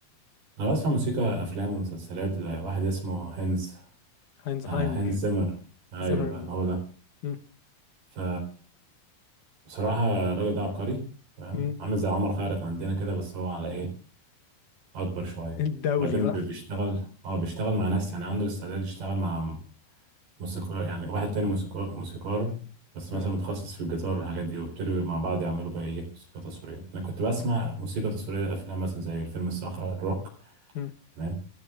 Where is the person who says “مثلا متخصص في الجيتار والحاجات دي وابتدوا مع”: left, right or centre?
Right